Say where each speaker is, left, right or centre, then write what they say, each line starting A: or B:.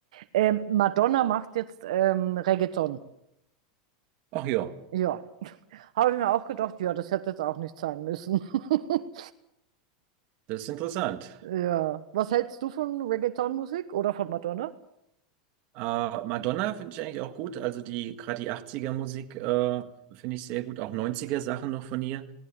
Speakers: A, on the right; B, on the right.
A: Ähm, Madonna macht jetzt ähm, Reggaeton.
B: Ach ja,
A: Ja, habe ich mir auch gedacht, ja, das hätte jetzt auch nicht sein müssen. <laughs>
B: das ist interessant.
A: Ja. Was hältst du von Reggaeton-Musik oder von Madonna?
B: Äh, Madonna finde ich eigentlich auch gut. Also die, gerade die 80er Musik, äh, finde ich sehr gut. Auch 90er Sachen noch von ihr.